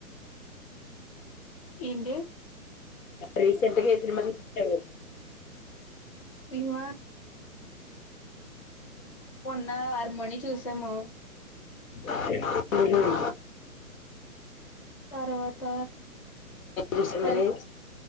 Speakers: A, on the left; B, on the left.
A: ఏంటి
B: రీసెంట్గా ఏ సినిమా చూసావ్
A: మిమ మొన్న ఆర మీ చూసాము
B: మ్మ్ హ్మ్
A: తర్వాత
B: చూసాను
A: ప్రస్
B: మరి